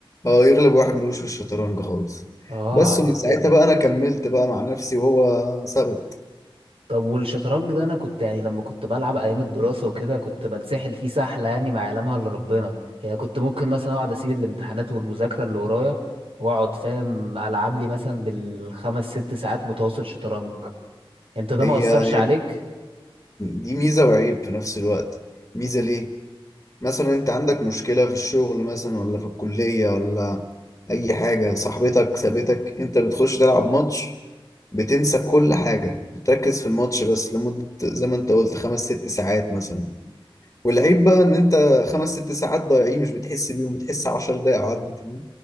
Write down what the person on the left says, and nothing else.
اه يغلب واحد ملوش في الشطرنج خالص
بس
ومن ساعتها
بقى انا كملت بقى مع نفسي وهو ثبت
هي
هي
دي ميزة وعيب في نفس الوقت ميزة ليه مثلا انت عندك مشكلة في الشغل مثلا ولا في الكلية ولا اي حاجة صاحبتك سابتك انت بتخش تلعب ماتش بتنسى كل حاجة بتركز في الماتش بس لمدة زي ما انت قلت خمس ست ساعات مثلا والعيب بقى ان انت خمس ست ساعات ضايعين مش بتحس بيهم بتحس عشر دقايق عدوا فاهم